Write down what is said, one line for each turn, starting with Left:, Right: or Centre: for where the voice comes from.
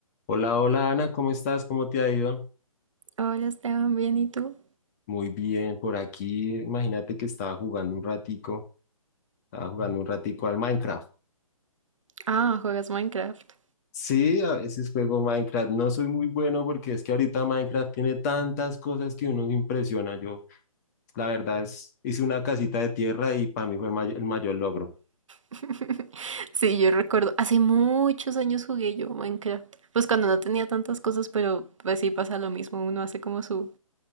Left: Hola, hola Ana, ¿cómo estás? ¿Cómo te ha ido?
Right: Hola Esteban, bien, ¿y tú?
Left: Muy bien, por aquí imagínate que estaba jugando un ratico, estaba jugando un ratico al Minecraft.
Right: Ah, juegas Minecraft.
Left: Sí, a veces juego Minecraft, no soy muy bueno porque es que ahorita Minecraft tiene tantas cosas que uno se impresiona. Yo, la verdad es, hice una casita de tierra y para mí fue el, may- el mayor logro
Right: <laughs> Sí, yo recuerdo, hace muchos años jugué yo Minecraft. Pues cuando no tenía tantas cosas, pero pues sí pasa lo mismo, uno hace como su,